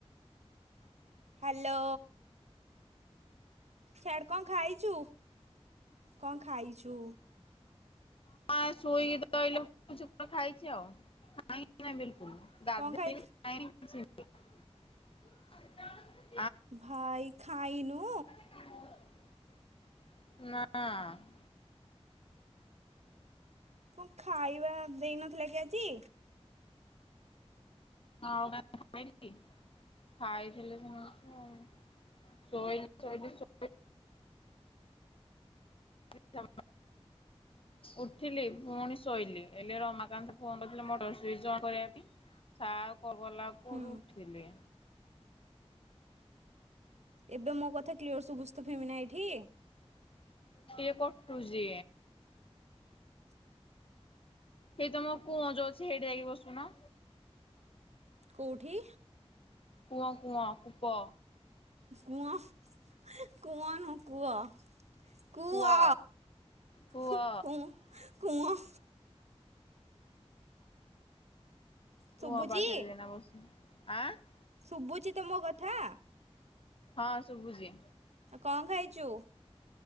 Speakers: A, on the right (about 85°); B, on the left (about 55°).
A: ହ୍ୟାଲୋ। ଛାଡ଼଼ କଣ ଖାଇଚୁ କଣ ଖାଇଚୁ?
B: ଆଁ ଶୋଇକି। <unintelligible>
A: କଣ ଖାଇ
B: <unintelligible>
A: ଭାଇ ଖାଇନୁ?
B: ନାଁ।
A: କଁ ଖାଇବା ଦେଇନଥିଲା କି ଆଜି?
B: ହଁ <unintelligible> ଖାଇଥିଲି ସମସ୍ତେ। <unintelligible> ଶୋଇଲି ଉଠିଲି ପୁଣି ଶୋଇଲିି ହେଲେ ରମାକାନ୍ତ ଫୋନ କରିଥିଲେ ମୋଟର ସୁଇଚ ଅଣ କରିବା ପାଇଁ ସା କଲ୍ କଲାକୁ
A: ହୁଁ।
B: ଉଠିଲେ।
A: ଏବେ ମୋ କଥା କ୍ଲିୟର ଶୁଭୁଚି ତ ଫିମିନା ଏଇଠି?
B: ଟିଏ କଟୁଜି ହେଇ ତମ କୁଅଁଜ ଅଛି ହେଇଟି ଯାଇକି ବସୁନ।
A: କୋଉଠି?
B: କୁଅଁ କୁଅଁ କୂପ
A: କୁଅଁ କୁଅଁ ନୁ କୁଅ କୁଅ
B: କୂଅ କୂଅ
A: କୁଂ କୁଅଁ
B: କୂଅ
A: ଶୁଭୁଚି
B: ପାଖରେ ଯାଇକିନା ବସୁନୁ। ଆଁ
A: ଶୁବୁଚି ତ ମୋ କଥା?
B: ହଁ ଶୁବୁଚି।
A: କଣ ଖାଇଚୁ?